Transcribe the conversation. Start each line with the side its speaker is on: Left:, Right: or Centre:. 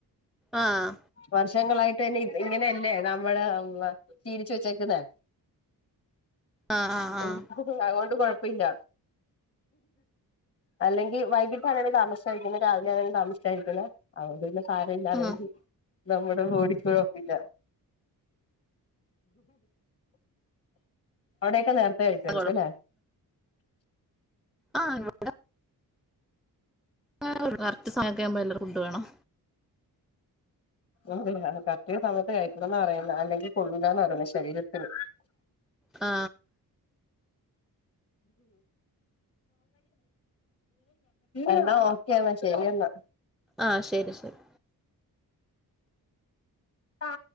Centre: ആഹ്
Left: വർഷങ്ങളായി ട്ടെ ഇങ്ങനെയല്ലേ നമ്മള് വ ശീലിച്ചു വെച്ചേക്കുന്നേ
Centre: ആഹ് ആഹ് ആഹ്
Left: ഉം അങ്ങോ ത് കൊഴപ്പില്ല അല്ലെങ്കിൽ വൈകി <unintelligible> താമസായി ഇന്ന് രാവിലെ ഞാൻ താമസിച്ചായിരിക്കുന്നേ അത്കൊണ്ട് പിന്നെ കറന്റില്ലായെങ്കി
Centre: ഉം
Left: <unintelligible> നമ്മുടെ ബോഡിക്ക് കുഴപ്പില്ല അവിടൊക്കെ നേര ത്തേ കഴിക്കാരിക്കും
Centre: അത്
Left: അല്ലേ
Centre: ആ ഇവിടെ ആ കറക്റ്റ് സമയം ആവുമ്പോ എല്ലാർക്കും ഫുഡ് വേണം
Left: അതെ കറക്റ്റ് സമയത്ത് കഴിക്കണംന്ന് എന്നാ പറയുന്നത് അല്ലെങ്കിൽ കൊള്ളൂലാന്നാ പറയുന്നേ ശരീരത്തിന്
Centre: ആ
Left: എന്നാ ഓക്കേ എന്നാ ശരി എന്നാ
Centre: ആശരി ശരി
Left: ആ